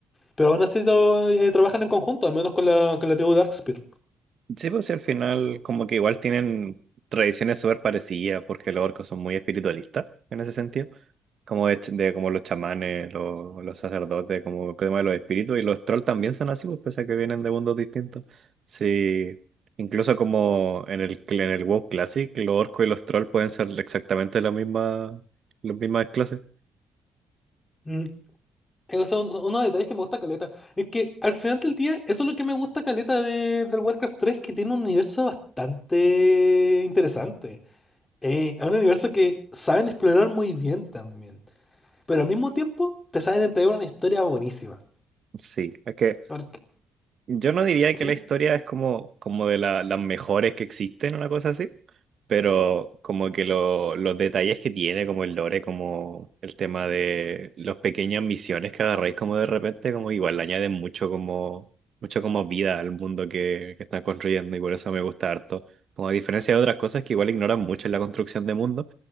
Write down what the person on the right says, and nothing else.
Sí, pues sí, al final como que igual tienen tradiciones súper parecidas porque los orcos son muy espiritualistas en ese sentido, como de, ch- de como los chamanes, los, los sacerdotes, como el tema de los espíritus y los trolls también son así, pues pese a que vienen de mundos distintos. Sí, incluso como en el, cl- en el WoW Classic, los orcos y los trolls pueden ser exactamente la misma, las mismas clases.
Sí, es que
Yo no diría
que la historia es como, como de la- las mejores que existen, una cosa así, pero como que lo- los detalles que tiene, como el lore, como el tema de las pequeñas misiones que agarráis como de repente, como igual le añaden mucho como, mucho como vida al mundo que, que están construyendo y por eso me gusta harto. Como a diferencia de otras cosas que igual ignoran mucho en la construcción de mundo,